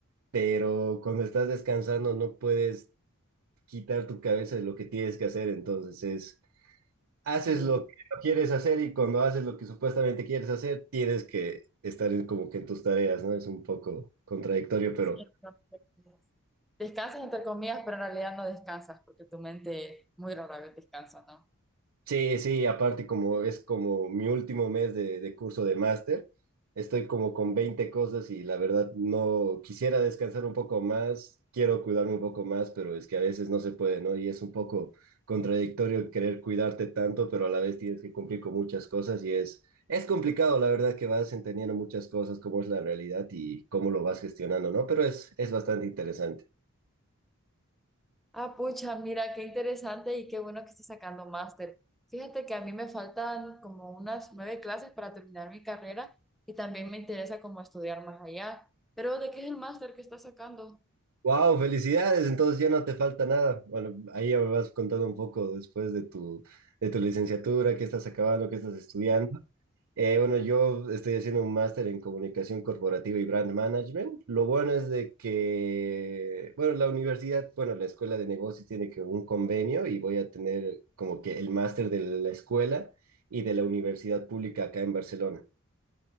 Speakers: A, on the right; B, in the centre.
A: pero cuando estás descansando no puedes quitar tu cabeza de lo que tienes que hacer, entonces es... haces
B: Y,
A: lo que no quieres hacer y cuando haces lo que supuestamente quieres hacer, tienes que estar en, como que en tus tareas, ¿no? Es un poco contradictorio, pero
B: sí, entonces, descansas entre comillas, pero en realidad no descansas porque tu mente muy rara vez descansa, ¿no?
A: Sí, sí, aparte como es como mi último mes de, de curso de máster, estoy como con 20 cosas y la verdad no quisiera descansar un poco más, quiero cuidarme un poco más, pero es que a veces no se puede, ¿no? Y es un poco contradictorio querer cuidarte tanto, pero a la vez tienes que cumplir con muchas cosas y es, es complicado, la verdad que vas entendiendo muchas cosas, cómo es la realidad y cómo lo vas gestionando, ¿no? Pero es, es bastante interesante.
B: Ah, pucha, mira, qué interesante y qué bueno que estés sacando máster. Fíjate que a mí me faltan como unas nueve clases para terminar mi carrera y también me interesa como estudiar más allá. Pero, ¿de qué es el máster que estás sacando?
A: Wow, felicidades. Entonces ya no te falta nada. Bueno, ahí ya me vas contando un poco después de tu, de tu licenciatura, qué estás acabando, qué estás estudiando. Eh, bueno, yo estoy haciendo un máster en comunicación corporativa y brand management. Lo bueno es de que, bueno, la universidad, bueno, la escuela de negocios tiene que un convenio y voy a tener como que el máster de la escuela y de la universidad pública acá en Barcelona.